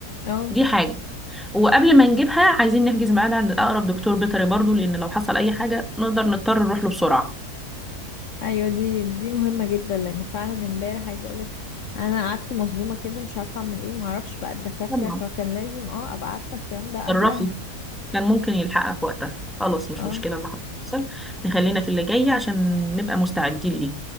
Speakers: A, on the left (about 60°); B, in the centre.
A: اه
B: دي حاجه وقبل ما نجيبها عايزين نحجز ميعاد عند اقرب دكتور بيطري برضو لان لو حصل اي حاجه نقدر نضطر نروح له بسرعه
A: ايوه دي دي مهمه جدا لان فعلا امبارح عايزه اقولك انا قعدت مصدومه كده مش عارفه اعمل ايه ومعرفش بقى الدكاتره
B: طبعا
A: فكان لازم اه ابقى عارفه الكلام ده
B: تصرفي
A: قبلها
B: كان ممكن يلحقها في وقتها خلاص مش
A: اه
B: مشكلة اللي حصل نخلينا في اللي جاي عشان نبقى مستعدين ليه